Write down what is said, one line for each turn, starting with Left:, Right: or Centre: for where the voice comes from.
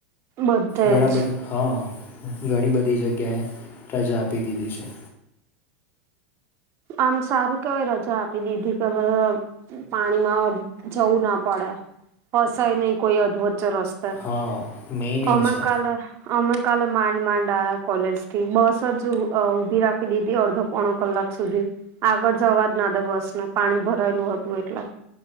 Right: બધે
Left: ઘણા
Right: જ
Left: બધા હા ઘણી બધી જગ્યાએ રજા આપી દીધી છે.
Right: આમ સારું કેવાય રજા આપી દીધી કે બ પાણીમાં જવું ના પડે ફસાય નહીં કોઈ અધવચ્ચે રસ્તા
Left: હા મેઇન એ
Right: અમે
Left: છે
Right: કાલે અમે કાલે માંડ માંડ આ્યા કોલેજ થી બસ જ અ ઊભી રાખી દીધી અડધો પોણો કલાક સુધી આગળ જવા જ ના દે બસ ને પાણી ભરાયેલું હતું એટલે